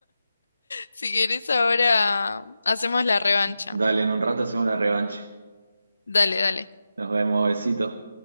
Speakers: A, on the left; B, on the right.
A: si quieres ahora hacemos la revancha.
B: Dale, en un rato hacemos la revancha.
A: Dale, dale.
B: Nos vemos, besito